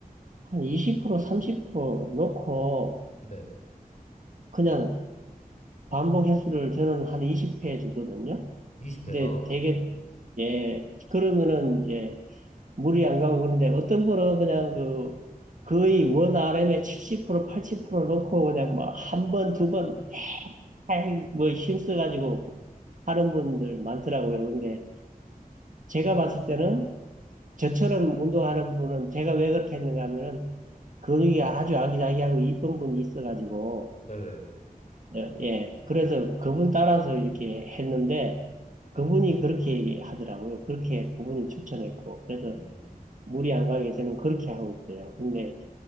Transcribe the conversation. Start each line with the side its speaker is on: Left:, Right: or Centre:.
Right: 한 20% 30% 놓고
Left: 네.
Right: 그냥 반복 횟수를 저는 한 20회 주거든요.
Left: 20회요.
Right: 근데 되게 예, 그러면은 이제 물이 안 가고 그런데 어떤 분은 그냥 그 거의 원 r m 에70% 80% 놓고 그냥 뭐 한 번, 두 번, 에이, 뭐 힘써가지고 하는 분들 많더라고요. 근데 제가 봤을 때는 저처럼 운동하는 분은 제가 왜 그렇게 했는가 하면은 근육이 아주 아기자기하고 이쁜 분이 있어가지고
Left: 네네.
Right: 예, 예. 그래서 그분 따라서 이렇게 했는데 그분이 그렇게 얘기하더라고요. 그렇게 그분이 추천했고 그래서
Left: 음.
Right: 물이 안 가게 저는 그렇게 하고 있어요. 근데